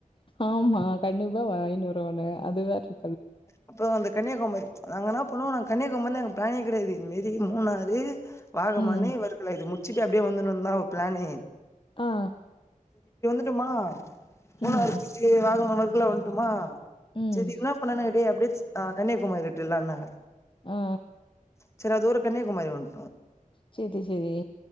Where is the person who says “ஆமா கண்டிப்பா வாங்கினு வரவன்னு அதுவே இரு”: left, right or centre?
Left